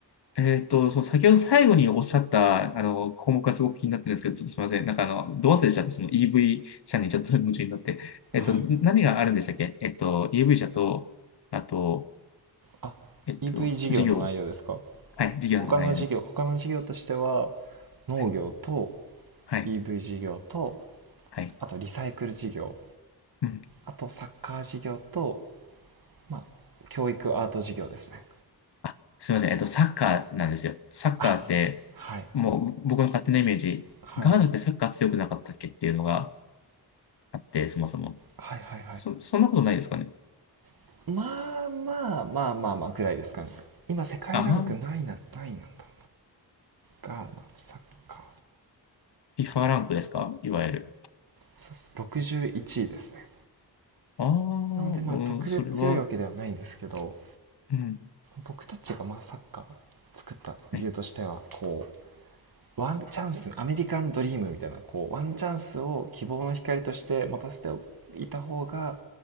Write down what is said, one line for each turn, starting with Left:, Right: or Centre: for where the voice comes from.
Left: えっと、そう、先ほど最後におっしゃった、あの、項目がすごく気になってるんですけど、ちょっとすみません。なんかあの、ど忘れしちゃって、その EV 車にちょっと夢中になって。えっと、
Right: はい
Left: 何があるんでしたっけえっと、EV 車と、あと、
Right: あ
Left: えっと、
Right: EV 事業の内容ですか
Left: 事業はい、授業の内容です。
Right: 他の事業他の事業としては農業と
Left: はい、はい、
Right: EV 事業と
Left: はい。
Right: あとリサイクル事業
Left: うん。
Right: あとサッカー事業と、まあ、教育アート事業ですね
Left: あ、すみません。えっと、サッカーなんですよ。サッカーって、
Right: あはい
Left: もう僕の勝手なイメージ、
Right: はい
Left: ガーナってサッカー強くなかったっけっていうのがあって、そもそも。
Right: はいはい
Left: そ、そんなことないですかね。
Right: はいはいまあまあまあまあまあぐらいですかね今世界ランクないなないなんだろ
Left: あ、まあ、
Right: うなガーナサッカー
Left: FIFA ランクですかいわゆる。
Right: そうです61位ですね
Left: ああ、うん、
Right: なのでまあ特別強いわけではないんですけど
Left: それは、うん。
Right: 僕たちがまあサッカー作った理由としてはこ
Left: はい、
Right: ワンチャンスアメリカンドリームみたいなこうワンチャンスを希望の光として持たせていた方が